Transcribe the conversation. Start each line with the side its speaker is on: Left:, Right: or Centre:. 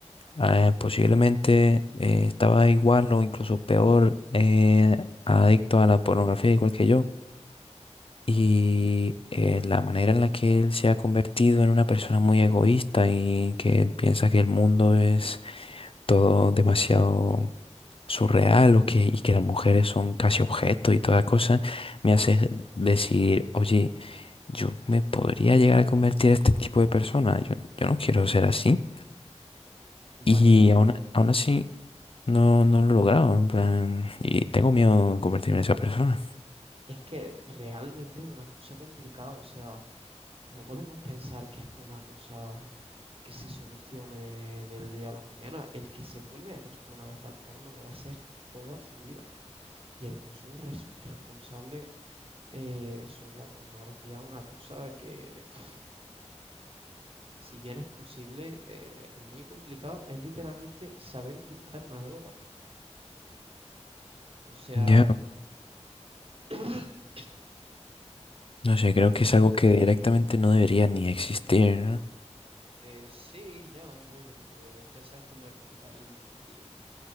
Left: eh, posiblemente eh, estaba igual o incluso peor eh, adicto a la pornografía igual que yo. Y eh, la manera en la que él se ha convertido en una persona muy egoísta y que piensa que el mundo es todo demasiado surreal o que, y que las mujeres son casi objetos y toda cosa, me hace decir, oye, yo me podría llegar a convertir en este tipo de persona, yo, yo no quiero ser así.
Right: compañero,
Left: Y
Right: tengo.
Left: aún, a- aún así no, no lo he logrado, en plan, y tengo miedo de convertirme en esa persona.
Right: Es que realmente es una cosa complicada. O sea, no podemos pensar que esto es una cosa que se solucione del día a la mañana. El que se vuelve adicto una vez al porno lo va a ser toda su vida. Y el consumo res- responsable Eh, sobre la pornografía, una cosa que, <sniffs> pf, si bien es posible, eh, es muy complicado, es literalmente saber utilizar una droga. O sea,
Left: Ya.
Right: <clears throat>
Left: No
Right: sinceramente,
Left: sé, creo que es algo que directamente no debería ni existir, ¿no?
Right: eh, sí, ya, bueno, pero ya sabes cómo es el capitalismo y,